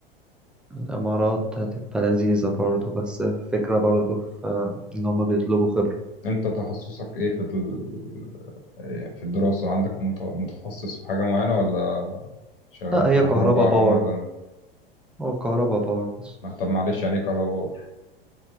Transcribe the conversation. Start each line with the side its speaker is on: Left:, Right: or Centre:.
Centre: الامارات هتبقى لذيذة برضو بس فكرة برضو في ان هما بيطلبوا خبرة
Left: انت تخصصك ايه في ال... يعني في الدراسة عندك مت- متخصص في حاجة معينة ولا شغال
Centre: لا هي
Left: كهرباء
Centre: كهربا باور
Left: عامة
Centre: هو كهربا باور بس
Left: ما- طب معلش يعني ايه كهرباء